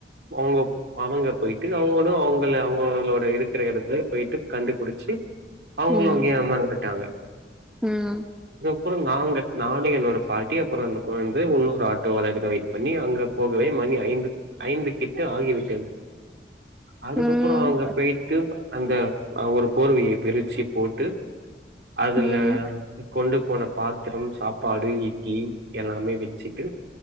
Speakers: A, on the right; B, in the centre.
A: அவங்க அவங்க போய்ட்டு அவங்களு அவங்கள அவங்களோட இருக்ற இடத் போய்ட்டு கண்டுபுடிச்சி அவங்களு
B: ம்
A: அங்கேய அமர்ந்துட்டாங்க
B: ம்
A: அப்பறோ நாங்க நானு என்னோட பாட்டி அப்பறோ அந்த கொழந்த இன்னொரு ஆட்டோ வர வரைக்கு வே பணி அங்க போகவே மணி ஐந்து ஐந்து திக்க ஆகி விட் டது அதுக்கப்பறோ
B: ம்
A: அங்க போய்ட்டு அந்த ஒரு போர்வையை பிரித் ச்சி போட்டு அதுல
B: ம்
A: கொண்டு போன பாத்திரம் சாப் பாடு இட்லி எல்லாமே வெச்சி ட்டு